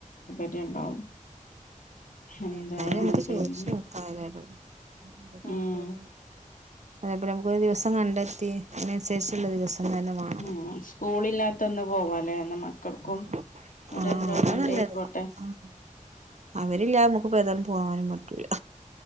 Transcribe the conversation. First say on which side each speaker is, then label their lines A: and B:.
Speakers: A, on the left (about 80°); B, on the right (about 55°).
A: ര്യം ഉണ്ടാവും എന്താ
B: എന്തായാലും മ്മക്ക്
A: പിന്നെ
B: ചോയിച്ചുനോകാം എല്ലാടോടും അവ താല്പര്യ
A: ഉം
B: അ <unintelligible> പോലേ അമുക്കൊരു ദിവസം കണ്ടെത്തി അയ്നൻസരിച്ചുള്ള ദിവസം തന്നെ വേണം
A: ഹെ സ്കൂളില്ലാത്തന്ന് പോവാല്ലേ എന്ന മക്കൾക്കും
B: ആഹ്
A: ഒരു
B: ആഹ്
A: എൻജോയ്മെന്റ്
B: അതാ നല്ലത്
A: ആയിക്കോട്ടെ
B: ആഹ് അവരില്ലാതെ നമ്മക്ക്പ്പോ താലും പോകാനും പറ്റൂല്ല